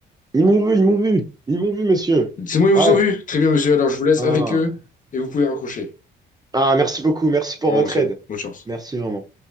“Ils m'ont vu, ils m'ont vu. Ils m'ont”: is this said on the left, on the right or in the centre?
Right